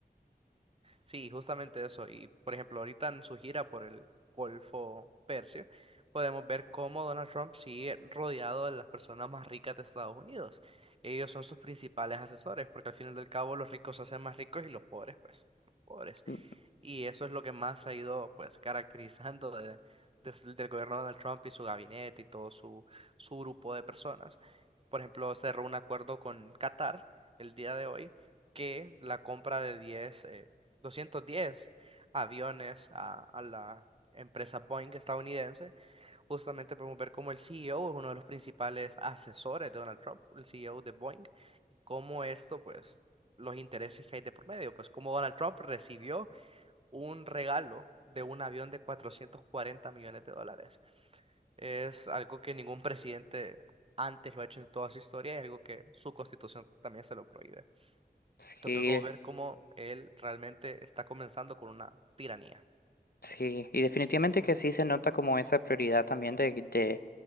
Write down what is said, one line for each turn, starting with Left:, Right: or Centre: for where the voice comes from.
Right: Sí, justamente eso. Y por ejemplo, ahorita en su gira por el Golfo Persio, podemos ver cómo Donald Trump sigue rodeado de las personas más ricas de Estados Unidos. Ellos son sus principales asesores, porque al final del cabo los ricos se hacen más ricos y los pobres, pues, pobres.
Left: mm,
Right: Y eso es lo que más se ha ido pues caracterizando de- des- del gobierno de Donald Trump y su gabinete y todo su, su grupo de personas. Por ejemplo, cerró un acuerdo con Qatar el día de hoy que la compra de 10, eh, 210 aviones a, a la empresa Boeing estadounidense, justamente podemos ver cómo el CEO es uno de los principales asesores de Donald Trump, el CEO de Boeing, cómo esto pues los intereses que hay de por medio, pues cómo Donald Trump recibió un regalo de un avión de 440 millones de dólares. Es algo que ningún presidente antes lo ha hecho en toda su historia y es algo que su constitución también se lo prohíbe.
Left: Sí,
Right: Entonces podemos ver cómo él realmente está comenzando con una tiranía.
Left: Sí, y definitivamente que sí se nota como esa prioridad también de, de,